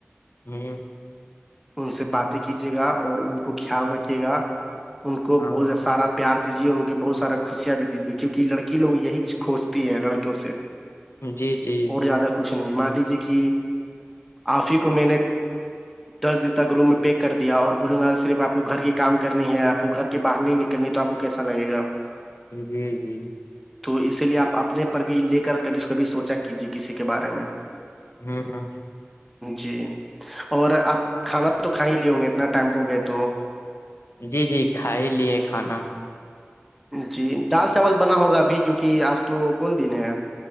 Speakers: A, on the left; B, in the centre.
A: ہاں
B: ان سے باتیں کیجیے گا اور ان کو خیال رکھیے گا ان کو
A: ہاں
B: بہت سارا پیار دیجیے اور ان کے بہت سارا خوشیاں بھی دیجیے کیونک لڑی لوگ یہی کھوجتی ہیں لڑکیوں سے
A: جی جی
B: اور زیادہ کچھ نہیں مان لیجیے کہ آفی کو میں نے دس دن تک روم میں پیک کر دیا اور بولوں گا صرف آپ کو گھر کی کام کرنی ہے آپ آپ کو گھر کے باہر نہیں نکلنے تو آپ کو کیسا لگے گا
A: جی جی
B: تو اسی لیے آپ اپنے پر بھی لے کر کبھی کبھی سوچا کیجے کسی کے بارے میں
A: ہوں ہ
B: جی اور آپ کھانا تو کھا ہی لیے ہ گے اتنا ٹائم ہو گیا تو
A: جی جی کھا ہی لیے کھانا
B: جی دال چاول بنا ہوگا ابھی کیوںکہ آج تو کون دن ہےپ